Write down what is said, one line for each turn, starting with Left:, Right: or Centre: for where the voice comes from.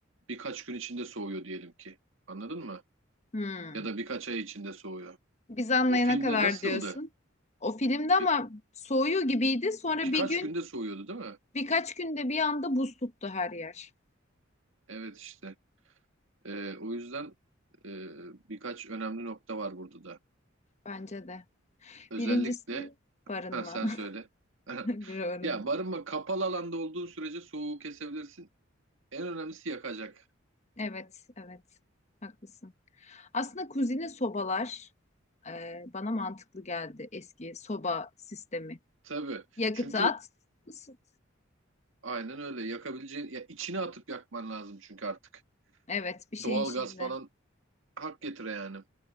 Right: birkaç gün içinde soğuyor diyelim ki. Anladın mı?
Left: Hmm.
Right: Ya da birkaç ay içinde soğuyor.
Left: Biz anlayana
Right: O filmde
Left: kadar
Right: nasıldı?
Left: diyorsun. O filmde ama
Right: Bir,
Left: soğuyor gibiydi. Sonra
Right: birkaç
Left: bir gün,
Right: günde soğuyordu değil mi?
Left: birkaç günde bir anda buz tuttu her yer.
Right: Evet işte. Ee, o yüzden e, birkaç önemli nokta var burada da.
Left: Bence de.
Right: Özellikle
Left: Birincisi barınma.
Right: Ha sen söyle.
Left: <laughs>
Right: <laughs>
Left: Bir barınma.
Right: Ya barınma kapalı alanda olduğun sürece soğuğu kesebilirsin. En önemlisi yakacak.
Left: Evet, evet. Haklısın. Aslında kuzine sobalar e, bana mantıklı geldi. Eski soba sistemi.
Right: Tabii.
Left: Yakıtı
Right: Çünkü
Left: at, ısıt.
Right: aynen öyle. Yakabileceğin ya içine atıp yakman lazım çünkü artık.
Left: Evet, bir şeyin
Right: Doğal
Left: içinde.
Right: gaz falan hak getire yani.